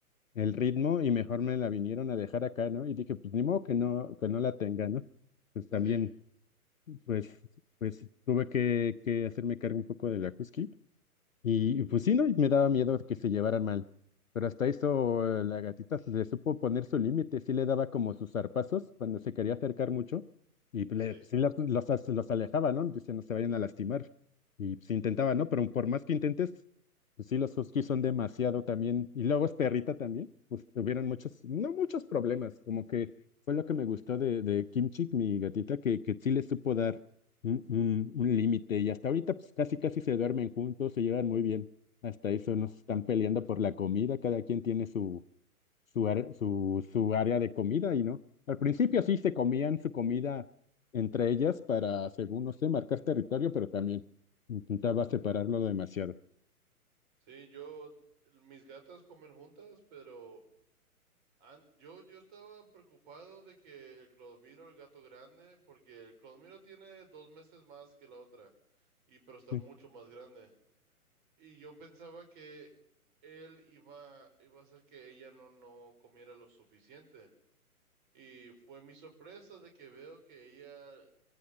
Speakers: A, on the left; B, on the right.
A: el ritmo y mejor me la vinieron a dejar acá, ¿no? Y dije, pues ni modo que no, que no la tenga, ¿no? Pues
B: Sí,
A: también, pues, pues tuve que, que hacerme cargo un poco de la husky y, y pues sí, ¿no? Y me daba miedo que se llevaran mal. Pero hasta eso eh, la gatita se le supo poner su límite, sí le daba como sus zarpazos cuando se quería acercar mucho y pues,
B: sí.
A: le, pues, sí las- los, as- los alejaba, ¿no? Dice, no se vayan a lastimar. Y pues intentaba, ¿no? Pero por más que intentes, pues, sí, los huskies son demasiado también. Y luego es perrita también, pues tuvieron muchos, no muchos problemas, como que fue lo que me gustó de, de Kim Chick, mi gatita, que, que sí le supo dar un, un, un límite. Y hasta ahorita pues, casi casi se duermen juntos, se llevan muy bien. Hasta eso nos están peleando por la comida, cada quien tiene su, su, are- su, su área de comida y no. Al principio sí se comían su comida entre ellas para, según no sé, marcar territorio, pero también intentaba separarlo demasiado.
B: Sí, yo, mis gatas comen juntas, pero an- yo, yo estaba preocupado de que el Clodomiro, el gato grande, porque el Clodomiro tiene dos meses más que la otra, y pero está
A: Sí,
B: mucho más grande. Y yo pensaba que él iba, iba a hacer que ella no, no comiera lo suficiente. Y fue mi sorpresa de que veo que ella